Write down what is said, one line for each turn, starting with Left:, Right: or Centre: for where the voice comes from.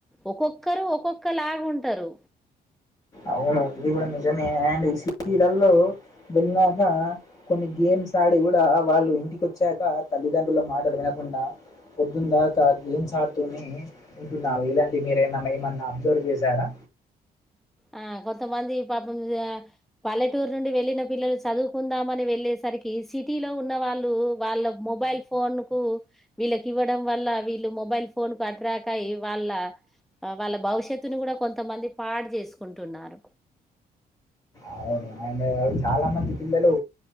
Centre: ఒక్కొక్కరు ఒక్కొక్క లాగా ఉంటరు
Left: అవును ఇది కూడా నిజమే అండ్ ఈ <inaudible> లలో వెళ్ళాక కొన్ని గేమ్స్ ఆడి కూడా వాళ్ళు ఇంటికి వచ్చాక తల్లిదండ్రుల మాటలు వినకుండా పొద్దున్న దాకా గేమ్స్ ఆడుతూనే ఉంటున్నారు ఇలాంటి మీరేమనా ఏమన్నా అబ్జర్వ్ చేశారా
Centre: ఆ కొంతమంది పాపం పల్లెటూరు నుండి వెళ్ళిన పిల్లలు చదువుకుందామని వెళ్ళేసరికి సిటీలో ఉన్న వాళ్ళు వాళ్ళ మొబైల్ ఫోన్ కు వీళ్ళకి ఇవ్వడం వల్ల వీళ్ళు మొబైల్ ఫోన్ కు అట్రాక్ అయి వాళ్ళ వాళ్ళ భవిష్యత్తుని కూడా కొంతమంది పాడు చేసు కుంటున్నారు
Left: అవును అండ్ చాలా మంది పిల్లలు